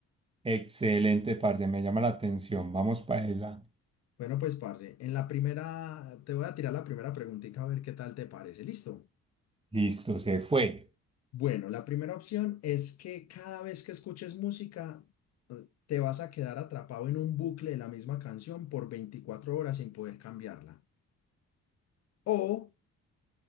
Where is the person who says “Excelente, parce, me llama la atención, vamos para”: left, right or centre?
Right